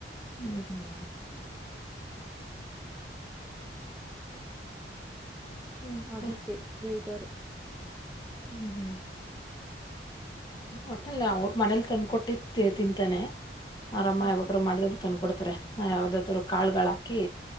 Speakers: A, on the left (about 25°); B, in the centre.
A: ಹ್ಮ್ ಹ್ಮ್ ಮತ್ತೆ
B: ಅದಿಕ್ಕೆ ಬೇಜಾರು
A: ಹ್ಮ್ ಹ್ಮ್ ಒಟ್ಟಲ್ಲ ಅವ್ರ ಮನೇಲಿ ತಂದ್ಕೊಟ್ಟಿ ತಿಂತಾನೆ. ಅವ್ರಮ್ಮ
B: ಹ್ಮ್
A: ಯಾವಾಗ್ರು ಮಾಡಿದಗ್ಳು. ತಂದ್ ಕೊಡ್ತಾರೆ ಯಾವ್ದಾದರು ಕಾಳುಗಳ್ ಹಾಕಿ.